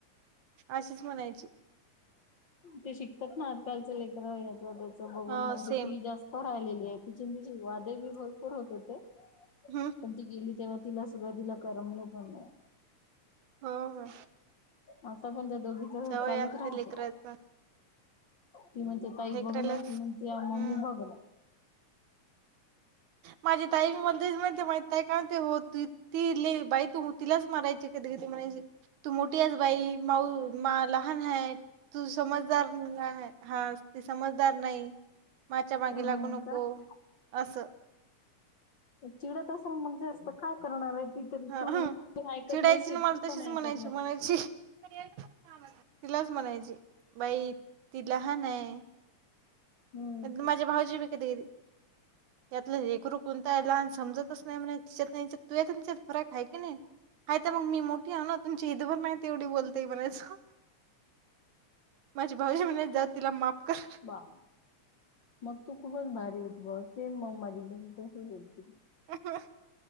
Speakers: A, on the right; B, on the left.
A: अशीच म्हणायची.
B: ते शिकतात ना आजकालच लेकर याच त्याच बघून
A: हो
B: मग
A: सेम
B: तर ती जास्त <unintelligible> आहे तिची तिची वादे बी भरपूर होत होते.
A: हा.
B: पण
A: <unintelligible>
B: ती गेली तेव्हा तिला सुरुवातीला करमलं पण नाही.
A: हो हो.
B: आता पण त्या दोघीच
A: सवय
B: चालूचं
A: असते
B: राहत.
A: लेकराचा
B: ती म्हणते ताई
A: लेकरालाच
B: बघना आणि ती म्हणते अह मम्मी
A: हम्म
B: बघना.
A: माझी ताई मध्येच म्हणते माहीत आहे का, म्हणते हो ती ती लय बाई तू तिलाच मारायचे कधी कधी म्हणायची. तू मोठी आहेस बाई माऊ मा लहान आहे. तू समजदार मुलगा आहे, हा ती समजदार नाही माझ्या मागे
B: हो
A: लागु नको.
B: का
A: असं.
B: अह चिडत असल मग जास्त काय करणार आहे ती कधी
A: ह
B: तू ऐकत
A: चिडायची
B: नशील
A: ना मला
B: ती पण
A: तशीच म्हणायची
B: ऐकत नाय.
A: म्हणायची तिलाच म्हणायची बाई ती लहान आहे.
B: हम्म
A: त्यातन माझे भाऊजी बि कधी कधी त्यातलं हे लेकरू कोणता आहे लहान समजतच नाही म्हणे, तिच्यात नि हिच्यात तुझ्यात नि हिच्यात फरक आहे की नाही. हाय तर मग मी मोठी आहे ना, तुमची हितभर नाही तेवढी बोलतेय म्हणायचं. माझी भाऊजी म्हणायचे जाऊदे तिला माफ कर.
B: बा मग तू खूपच भारी होती बॉस, सेम मग माझी बहीण तशीच होती.
A: अह ह